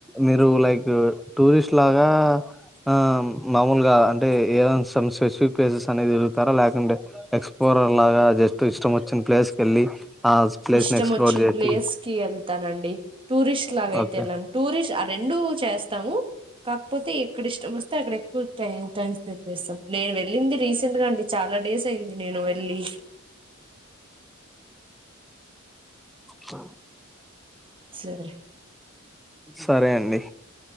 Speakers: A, in the centre; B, on the right.
A: మీరు లైక్ టూరిస్ట్ లాగా ఆ మామూలుగా అంటే ఏ స్పెసిఫిక్ ప్లేసెస్ అనేది తరుగుతారా లేకుంటే ఎక్స్పో లాగా జస్ ఇష్టం వచ్చిన ప్లేస్ కెళ్ళి ఆ ప్లేస్
B: ఇష్టం
A: ని ఎక్స్ప్లోర్
B: వచ్చిన
A: చేసి
B: ప్లేస్ కి వెళ్తానండి టూ టూరిస్ట్ లాగా అయితే
A: ఓకే
B: వెళ్ళను టూరిస్ట్ ఆ రెండు చేస్తాము కాకపోతే ఇక్కడ ఇష్టం వస్తే అక్కడ ఎక్కువ టై టైం స్పెండ్ చేస్తాం నేను వెళ్ళింది రీసెంట్ గా అండి చాలా డేస్ అయింది నేను వెళ్ళి
A: స
B: సరే
A: సరే అండి